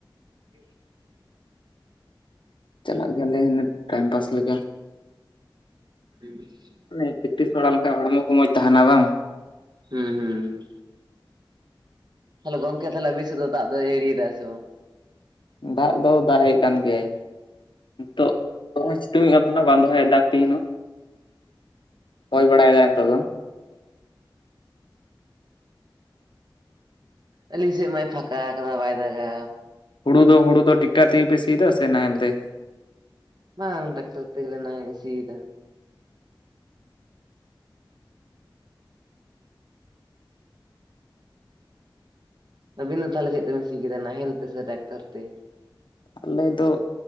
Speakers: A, on the right (about 60°); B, on the left (about 70°).
A: <unintelligible>
B: ᱪᱟᱞᱟᱜ ᱜᱮᱭᱟᱞᱮ <unintelligible> ᱴᱟᱭᱤᱢ ᱯᱟᱥ ᱞᱮᱠᱟ
A: <unintelligible>
B: ᱢᱟᱱᱮ ᱯᱮᱠᱴᱤᱥ ᱵᱟᱲᱟ ᱞᱮᱱᱠᱷᱟᱱ ᱦᱚᱲᱢᱚ ᱠᱚ ᱢᱚᱡᱽ ᱛᱟᱦᱮᱱᱟ ᱵᱟᱝ
A: ᱦᱩᱸ ᱦᱩᱸ ᱛᱟᱦᱚᱞᱮ ᱜᱚᱝᱠᱮ ᱛᱟᱦᱚᱞᱮ ᱟ. ᱵᱤᱱ ᱥᱮᱫ ᱫᱚ ᱫᱟᱜ ᱫᱚᱭ ᱡᱟᱹᱲᱤᱭ ᱫᱟ ᱥᱮ ᱵᱟᱝ
B: ᱫᱟᱜ ᱫᱚ ᱫᱟᱜ ᱮᱫ ᱠᱟᱱ ᱜᱮᱭᱟᱭ ᱱᱤᱛᱚᱜ ᱛᱩᱸᱜᱮᱸᱫᱽ ᱠᱟᱱ ᱛᱟᱦᱮᱱᱚᱜ ᱵᱟᱝ ᱫᱚ ᱦᱟᱡ ᱮ ᱫᱟᱜ ᱛᱤᱦᱤᱧ ᱦᱚᱸ ᱦᱚᱭ ᱵᱟᱲᱟᱭ ᱫᱟᱭ ᱱᱤᱛᱚᱜ ᱫᱚ
A: ᱟᱹᱞᱤᱧ ᱥᱮᱫ ᱢᱟᱭ ᱯᱷᱟᱸᱠᱟ ᱟᱠᱟᱫᱟ ᱵᱟᱭ ᱫᱟᱜᱟ
B: ᱦᱩᱲᱩ ᱫᱚ ᱦᱩᱲᱩ ᱫᱚ ᱴᱤᱠᱴᱟᱨ ᱛᱮᱜᱮ ᱯᱮ ᱥᱤᱫᱟ ᱥᱮ ᱱᱟᱦᱮᱞ ᱛᱮ
A: ᱵᱟᱝ ᱴᱮᱠᱴᱟᱨ ᱛᱮᱜᱮᱞᱮ ᱱᱟᱦᱮ ᱥᱤᱭ ᱫᱟ ᱟᱹᱵᱤᱱ ᱫᱚ ᱛᱟᱦᱚᱞᱮ ᱪᱮᱫ ᱛᱮ ᱵᱮᱱ ᱥᱤ ᱠᱮᱫᱟ ᱱᱟᱦᱮᱞ ᱛᱮ ᱥᱮ ᱴᱮᱠᱴᱟᱨ ᱛᱮ
B: ᱟᱞᱮ ᱫᱚ